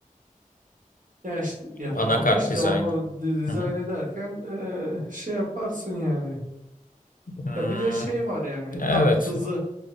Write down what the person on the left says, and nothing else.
Anakart
dizaynı.
Hı hı.
Hmm,
evet.